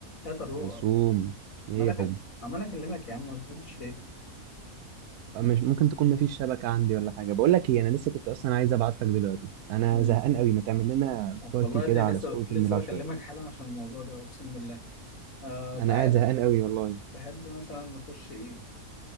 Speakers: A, on the left; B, on the right.
A: يا طارق
B: هيسوم
A: اه
B: ايه
A: مالك
B: يا حبي
A: عمال اكلمك يا عم ما بتردش ليه
B: أه، مش ممكن تكون مفيش شبكة عندي ولا حاجة بقول لك ايه انا لسه كنت اصلا عايز ابعت لك دلوقتي انا
A: امم
B: زهقان قوي ما تعمل لنا بارتي
A: والله يا
B: كده
A: ابني أنا
B: على
A: لسه
B: سبوركل
A: لسه
B: نلعب
A: بكلمك
B: شوية
A: حالا عشان الموضوع ده اقسم بالله آه
B: انا
A: تعالى
B: قاعد زهقان قوي والله
A: تحب مثلا نخش ايه